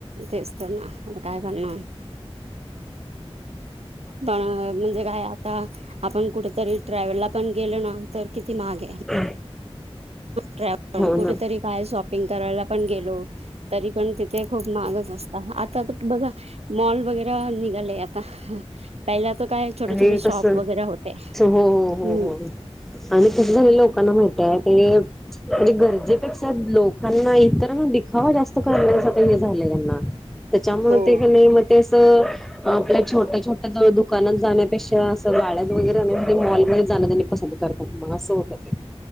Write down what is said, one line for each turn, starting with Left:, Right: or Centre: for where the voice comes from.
Right: तेच तर ना आता काय करणार. पण म्हणजे काय आता आपण कुठेतरी ट्रॅव्हलला पण गेलो ना तर किती महाग आहे.
Centre: <inaudible>
Right: ट्रॅव्ह
Centre: हो
Right: कुठेतरी
Centre: ना.
Right: काय शॉपिंग करायला पण गेलो तरी पण तिथे खूप महागच असतं आता तर बघा मॉल वगैरे निघाले आता. पहिल्या तर काय छोटे
Centre: आणि
Right: छोटे शॉप
Centre: कस हो
Right: वगैरे होते
Centre: हो
Right: हम्म.
Centre: हो हो आणि कसं झाले लोकांना माहितं आहे ते म्हणजे गरजेपेक्षा लोक त्यांना इतरांना दिखावा जास्त करण्या असं हे झालं त्यांना त्याच्यामुळे
Right: हो.
Centre: ते कणी मग ते असं आपल्या छोट्या छोट्या दुकानात जाण्यापेक्षा असं गाड्यात वगैरे आम्ही मॉलमध्ये जाणं त्यानी पसंत करतात मग असं होतं ते.